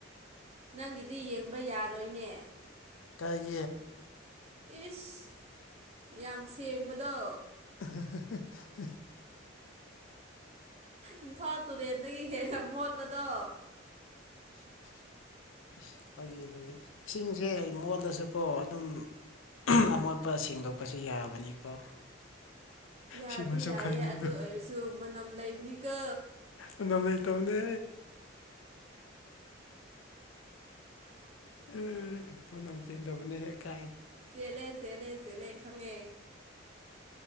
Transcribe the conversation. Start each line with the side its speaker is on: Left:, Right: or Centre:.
Right: ꯅꯪꯒꯤꯗꯤ ꯌꯦꯡꯕ ꯌꯥꯔꯣꯏꯅꯦ
Left: ꯀꯩ
Right: ꯏꯁ ꯌꯥꯝ ꯁꯦꯡꯕꯗꯣ
Left: <inaudible>
Right: ꯏꯝꯐꯥꯜ ꯇꯨꯔꯦꯟꯗꯒꯤ ꯍꯦꯟꯅ ꯃꯣꯠꯄꯗꯣ
Left: ꯑꯁ ꯐꯒꯤ ꯐꯒꯤ ꯏꯁꯤꯡꯁꯦ ꯃꯣꯜꯗꯁꯨꯀꯣ ꯑꯗꯨꯝ ꯑꯃꯣꯠꯄ ꯁꯦꯡꯗꯣꯛꯄꯁꯨ ꯌꯥꯕꯅꯤꯀꯣ
Right: ꯌꯥꯗꯤ
Left: ꯁꯤꯃꯁꯨ
Right: ꯌꯥꯏꯌꯦ
Left: ꯈꯪꯖꯤꯜꯂꯨ
Right: ꯑꯗꯨ ꯑꯣꯏꯔꯁꯨ ꯃꯅꯝ ꯂꯩꯕꯅꯤꯒ
Left: ꯎꯥꯎ ꯂꯩꯇꯧꯅꯦ ꯎ ꯃ ꯅꯝ ꯆꯤꯟꯗꯕꯅꯦ ꯍꯦꯛ <inaudible> <unintelligible>
Right: ꯆꯦꯜꯂꯦ ꯆꯦꯜꯂꯦ ꯆꯦꯜꯂꯦ ꯈꯪꯉꯦ